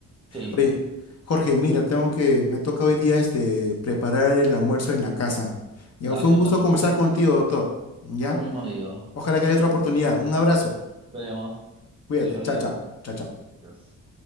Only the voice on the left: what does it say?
Oye,
Jorge, mira, tengo que, me toca hoy día este preparar el almuerzo en la casa. Ya
fue un
gusto
conversar contigo, doctor. ¿Ya?
Ojalá que haya otra oportunidad. Un abrazo.
Cuídate.
Chao, chao. Chao, chao.